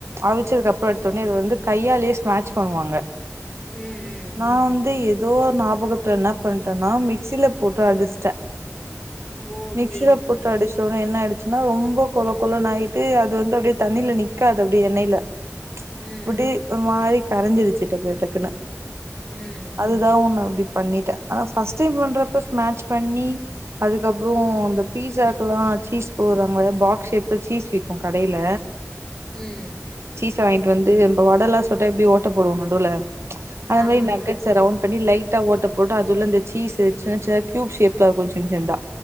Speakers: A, on the right (about 55°); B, on the left (about 15°).
A: அவிச் சதுக்குப்புற எட்த்த உடனே இது வந்து கையால ஸ்மட்ச் பண்ணுவாங்க
B: ம் ம்
A: நா வந்து எது எதோ ஓ ஞாபகத்துல என்ன பண்ணிட்டேன்னா மிக்சியில போட்டு அடிச்சிட்டே
B: ஓ
A: மிக்சில
B: சேரி சேரி
A: போட்டு அடிச்சோன்னோ என்ன அடிச் னா ரொம்ப கொல கொலன்னு ஆயிட்டு அது வந்து அப்டியே தண்ணியில நிக்காது அப்டி எண்ணெயில
B: ம்
A: அப்டி ஒரு மாரி கரைஞ்சுடுச்சு டக்கு டக்குனு
B: ம்
A: அதுதா ஒன்னு அப்டி பண்ணிட்டே ஆனா ஃபஸ்ட் டைம் பண்றப்ப ஸ்நட்ச் பண்ணி அதுக்கப்புறோ இந்த பீஸாக்ல்லா சீஸ் போட்றாங்கால பாக்ஸ் ஷேப்ல சீஸ் விக்கு கடையில
B: ம்
A: சு வாங்கிட்டு வந்து நம்ம வடலா சுட்டா எப்டி ஓட்ட போடுவோ நடுவுல அத
B: ஆமா
A: மாதிரி
B: ஆமா
A: நகட்ஸ்ஸ ரவுண்ட் பண்ணி லைட்டா ஓட்ட போட்டு அது உள்ள இந்த சீஸ் சின்ன சின்ன கியூப் ஷேப்லா இருக்கு சின்ன சின்னதா